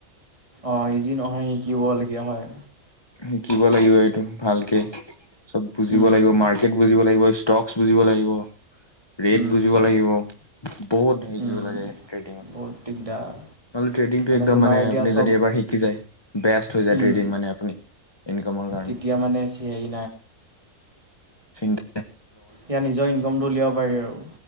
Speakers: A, on the right; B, on the left.
A: অ ইজি নহয় শিকিবলগীয়া হয়।
B: শিকিব লাগিব এইটো ভালকে। চব বুজিব
A: উম,
B: লাগিব মাৰ্কেট বুজিব লাগিব ষ্টক বুজিব লাগিব। ৰেট
A: উম,
B: বুজিব লাগিব উ বহুত শিকিব
A: উম,
B: লাগে ট্ৰেডিঙত
A: বহুত দিগদাৰ
B: ট্ৰেডিং টো একদম
A: তোমাৰ
B: মানে
A: এতিয়া
B: আপুনি
A: চব
B: যদি এবাৰ যাই বেষ্ট হৈ যায়
A: উম,
B: ট্ৰেডিং মানে আপুনি ইনকামৰ কাৰণে
A: তেতিয়া মানে হেৰি
B: চি
A: ইয়াৰ নিজৰ ইনকমটো উলিয়াব পাৰি আৰু